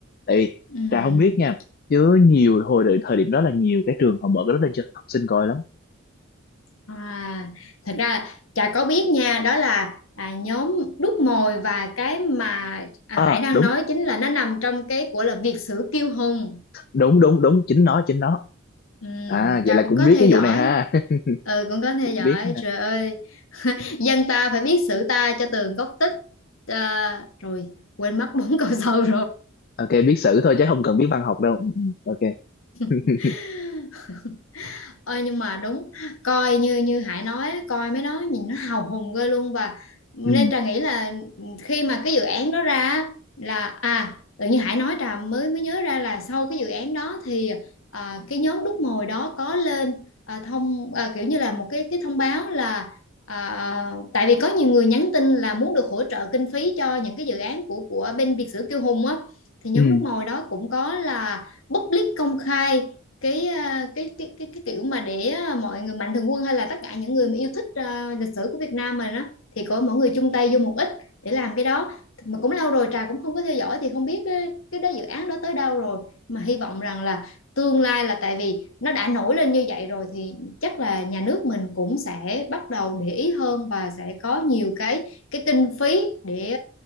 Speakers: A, on the left (about 45°); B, on the left (about 75°).
A: tại vì
B: ừ.
A: Trà không biết nha chứ nhiều hồi đợi- thời điểm đó là nhiều cái trường họ mở cái đó lên cho học sinh coi lắm
B: À, thật ra là Trà có biết nha đó là à, nhóm đúc mồi và cái mà à,
A: à
B: Hải đang
A: đúng
B: nói chính là nó nằm trong cái của là Việt sử kiêu hùng
A: đúng đúng đúng chính nó chính nó
B: ừ,
A: à
B: Trà
A: vậy là
B: cũng
A: cũng
B: có
A: biết
B: theo
A: cái
B: dõi
A: vụ này ha
B: ừ cũng có
A: <laughs>
B: theo dõi
A: biết
B: trời ơi dân ta phải biết sử ta cho tường gốc tích à, rồi quên mất bốn <laughs> câu sau
A: ok biết sử thôi chứ không cần biết văn học đâu Ừ, ok <laughs>
B: rồi Ơi nhưng mà đúng coi như như Hải nói coi mấy đó nhìn nó <laughs> hào hùng ghê luôn và nên
A: ừ.
B: Trà nghĩ là ừ, khi mà cái dự án đó ra á, là à tự nhiên Hải nói Trà mới mới nhớ ra là sau cái dự án đó thì à, cái nhóm đúc mồi đó có lên à, thông à, kiểu như là một cái cái thông báo là à, tại vì có nhiều người nhắn tin là muốn được hỗ trợ kinh phí cho những cái dự án của của bên Việt Sử Kiêu Hùng á thì nhóm
A: ừ
B: đúc mồi đó cũng có là public công khai cái à, cái cái cái cái kiểu mà để à, mọi người mạnh thường quân hay là tất cả những người mà yêu thích à, lịch sử của Việt Nam mình đó thì có mọi người chung tay vô một ít để làm cái đó mà cũng lâu rồi Trà cũng không có theo dõi thì không biết cái, cái đó dự án đó tới đâu rồi mà hy vọng rằng là tương lai là tại vì nó đã nổi lên như vậy rồi thì chắc là nhà nước mình cũng sẽ bắt đầu để ý hơn và sẽ có nhiều cái cái kinh phí để